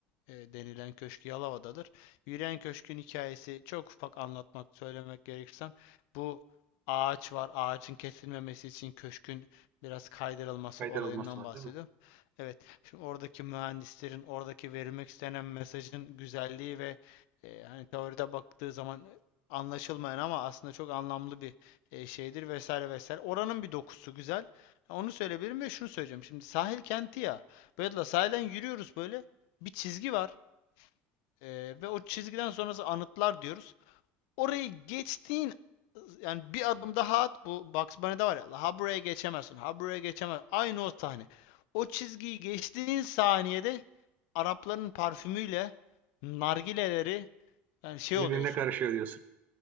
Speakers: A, on the left (about 65°); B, on the right (about 35°).
A: e, denilen köşk Yalova'dadır. Yürüyen Köşk'ün hikayesi çok ufak anlatmak, söylemek gerekirsem bu ağaç var. Ağacın kesilmemesi için köşkün biraz kaydırılması
B: Kaydırılması
A: olayından
B: var
A: bahsediyorum.
B: değil mi?
A: Evet, şimdi oradaki mühendislerin oradaki verilmek istenen mesajın güzelliği ve e, hani teoride baktığı zaman anlaşılmayan ama aslında çok anlamlı bir e, şeydir vesaire vesaire. Oranın bir dokusu güzel. Onu söyleyebilirim ve şunu söyleyeceğim. Şimdi sahil kenti ya. Böyle la sahilden yürüyoruz böyle bir çizgi var e, ve o çizgiden sonrası anıtlar diyoruz. Orayı geçtiğin yani bir adım daha at bu Bugs Bunny'de var ya ha buraya geçemezsin ha buraya geçemez aynı o sahne. O çizgiyi geçtiğin saniyede Arapların parfümüyle nargileleri yani şey
B: Birbirine
A: oluyorsun.
B: karışıyor diyorsun.